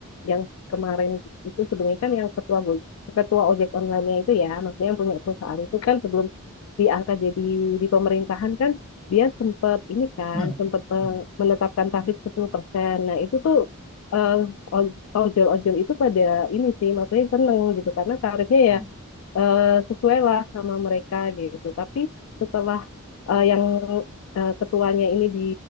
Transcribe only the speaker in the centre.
Hmm.
Hmm.
Hmm.